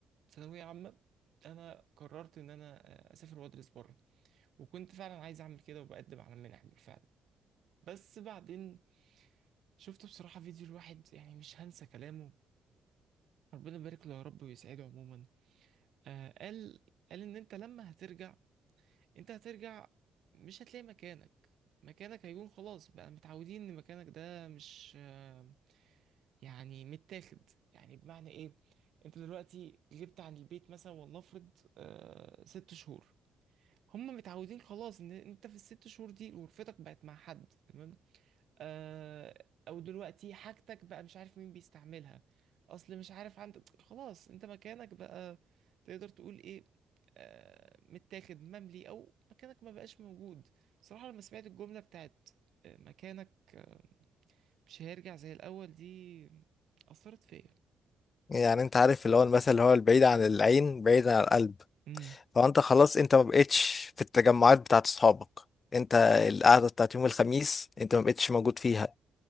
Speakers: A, on the right; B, on the left.
A: ثانويه عامه انا قررت ان انا آه، اسافر وادرس بره وكنت فعلا عايز اعمل كده وبقدم على منح بالفعل بس بعدين شفت بصراحة فيديو الواحد يعني مش هنسى كلامه ربنا يبارك له يا رب ويسعده عموما آه قال قال ان انت لما هترجع انت هترجع مش هتلاقي مكانك مكانك هيكون خلاص بقى متعودين ان مكانك ده مش آه يعني متاخد يعني بمعنى ايه انت دلوقتي غبت عن البيت مثلا ولنفرض آه ست شهور هم متعودين خلاص ان انت في الست شهور دي غرفتك بقت مع حد تمام آه، او دلوقتي حاجتك بقى مش عارف مين بيستعملها اصل مش عارف عندك خلاص انت مكانك بقى تقدر تقول ايه آه، متاخد مملي او مكانك ما بقاش موجود صراحة لما سمعت الجملة بتاعت آه، مكانك آه، مش هيرجع زي الاول دي اثرت فيا
B: يعني انت عارف اللي هو المثل اللي هو البعيد عن العين بعيد عن القلب
A: امم
B: هو انت خلاص انت ما بقتش في التجمعات بتاعت اصحابك انت القعده بتاعت يوم الخميس انت ما بقتش موجود فيها